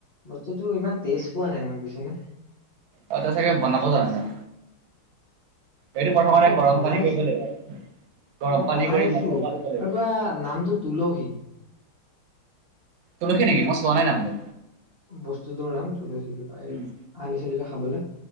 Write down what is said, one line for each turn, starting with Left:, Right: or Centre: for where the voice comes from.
Left: বস্তুটো ইমান টেষ্ট পোৱা নাই মই বুইছ নে?
Right: অ তই চাগে বনাব জনা নাই। এইটো প্ৰথমতে
Left: নাই মই
Right: গৰম
Left: বনাইছো
Right: পানী কৰিব লাগিব। গৰম
Left: মই
Right: পানী
Left: বনাইছো
Right: কৰি মছলা
Left: আৰু
Right: দিব লাগিব।
Left: কিবা নামটো তুলসী।
Right: তুলসী নেকি? মই চোৱা নাই নামটো।
Left: বস্তুটোৰ নাম তুলসী কিবা। এই
Right: উম,
Left: আনিছিলো যে খাবলে।